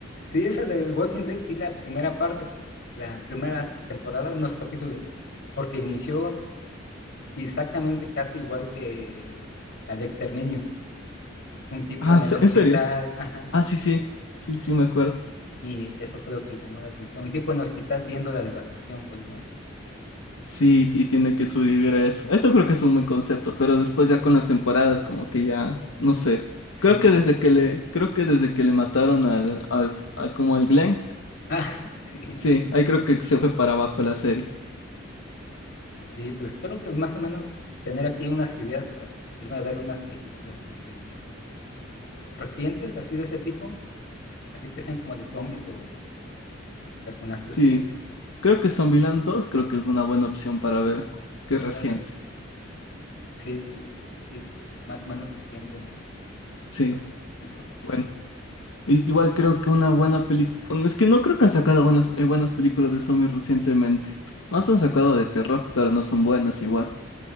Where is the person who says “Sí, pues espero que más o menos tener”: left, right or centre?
Left